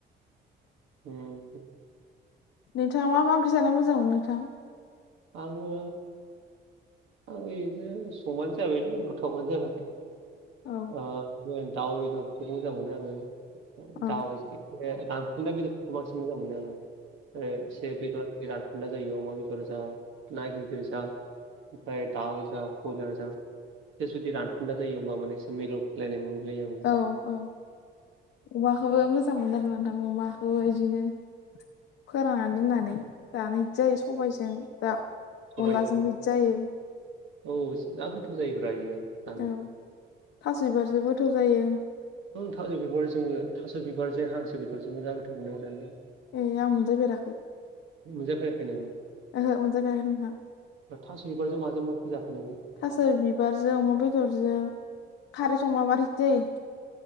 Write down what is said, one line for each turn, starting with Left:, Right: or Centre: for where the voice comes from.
Right: उम
Left: नोंथाङा मा मा ओंख्रि जानो मोजां मोनो नोंथां
Right: आङो आं इदिनो संबानो जाबायलै आ गोथावबानो जाबाय
Left: औ
Right: ओ बिदि दाउ बेदरफोरखौ मोजां मोनो आङो
Left: औ
Right: दाउ ना बेदरखौ बांसिन मोजां मोनो आङो आरो एसे बेदर बे रानखुन्दा जायो अमा बेदरा जा ना गिेदिर जा ओमफाय दाउ जा बयलार जा बे जुदि रानफुदा जायो होमबा माने एसे मिलौफ्लेलायनाय मोनगु लायो आं
Left: औ औ अमाखौबो मोजां मोनो आरो ना नोंथां अमाखौबो बिदिनो फोराननानै दोननानै जानो बिदि जायो सबायजों दाउ
Right: सबायजों
Left: अनलाजों बिदि जायो
Right: औ जा गोथाव जायोब्रा बियो जानो
Left: औ थास बिबारजोंबो गोथाव जायो
Right: ओं थास' बिबारजोंबो थास' बिबारजों हांसो बिदरजोंबो जा गोथाव मोनो आं जानो
Left: ए आं मोनजाफेराखै
Right: मोनजाफेराखै नोङो
Left: ओहो मोनजाफेराखै नोंथां
Right: ओ थास बिबारजों माजों माखौ जाखो नोङो
Left: थास' बिबारजों अमा बेदरजों खारै संब्ला मारैथो जायो